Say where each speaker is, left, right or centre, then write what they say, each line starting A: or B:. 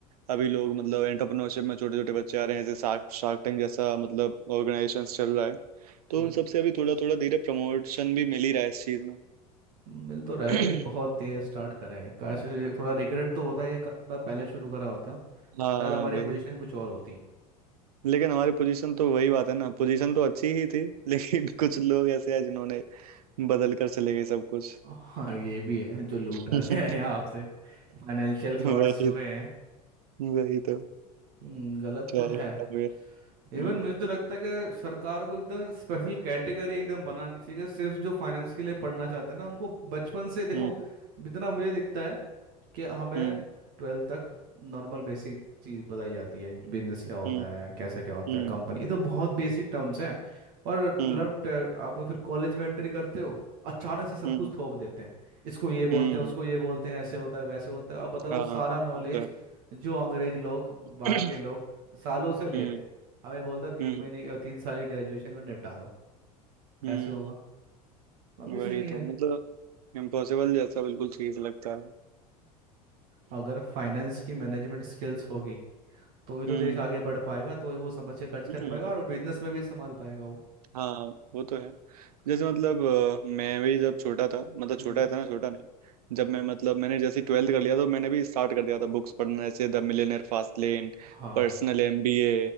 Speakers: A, on the right; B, on the right.
A: अभी लोग मतलब एंटरप्रेन्योरशिप में छोटे छोटे बच्चे आ रहे हैं जैसे शार्क शार्क टैंक जैसा मतलब ऑर्गेनाइजेशन चल रहा है तो
B: आप
A: उन सबसे अभी थोड़ा थोड़ा धीरे प्रमोशन भी मिल ही रहा है इस चीज में
B: मिल तो रहा है
A: <clears throat>
B: लेकिन बहुत देर स्टार्ट करा है काश ऐसे- थोड़ा रिग्रेट तो होता है ये काम थोड़ा पहले शुरू करा होता
A: हाँ
B: शायद हमारी
A: वही
B: पोजीशन कुछ और होती
A: लेकिन हमारी पोजीशन तो वही बात है ना पोजीशन तो अच्छी ही थी लेकिन <laughs> कुछ लोग ऐसे हैं जिन्होंने बदल कर चले गए सब कुछ
B: हाँ ये भी है जो लूटा
A: <laughs>
B: गया है आपसे फाइनेंशियल फ्रॉड्स
A: वही
B: हुए हैं
A: वही तो
B: हम्म, गलत
A: क्या
B: तो
A: ही
B: है
A: बताओगे हम्म
B: इवन मुझे तो लगता है कि सरकार को एकदम स्पेशल कैटेगरी एकदम बनानी चाहिए कि सिर्फ जो फाइनेंस के लिए पढ़ना चाहते हैं ना उनको बचपन से देखो
A: हम्म
B: जितना मुझे दिखता है कि हमें
A: हम्म
B: ट्वेल्थ तक नॉर्मल बेसिक चीज़ बताई जाती है बिजनेस क्या होता
A: हम्म
B: है कैसे क्या होता
A: हम्म
B: है कंपनी ये तो बहुत बेसिक टर्म्स हैं और
A: हम्म
B: लव आप फिर कॉलेज में एंट्री करते हो अचानक से सब
A: हम्म
B: कुछ थोप देते हैं इसको ये बोलते
A: हम्म,
B: हैं उसको ये बोलते हैं ऐसे होता है वैसे होता है अब बताओ
A: हाँ
B: वो सारा नॉलेज
A: वो तो है।
B: जो अंग्रेज लोग
A: <clears throat>
B: बाहर के लोग सालों से ले
A: हम्म
B: रहे हैं हमें बोलता तीन
A: हम्म
B: महीने अ, तीन साल की ग्रेजुएशन में निपटा दो कैसे
A: हम्म
B: होगा ऑब्वियसली
A: वही
B: नहीं
A: तो
B: है
A: मतलब इम्पॉसिबल जैसा बिल्कुल चीज लगता है
B: अगर फाइनेंस की मैनेजमेंट स्किल्स होगी तो ही तो
A: हम्म
B: देश आगे बढ़ पाएगा तो ही वो समझ से खर्च
A: हम्म,
B: कर पाएगा और बिजनेस में भी संभाल पाएगा वो
A: हाँ वो तो है जैसे मतलब अ, मैं भी जब छोटा था मतलब
B: हम्म
A: छोटा था ना छोटा नहीं जब मैं मतलब मैंने जैसे ट्वेल्थ कर लिया तो मैंने भी स्टार्ट कर दिया था बुक्स पढ़ना जैसे the Millionaire Fastlane
B: हाँ
A: Personal MBA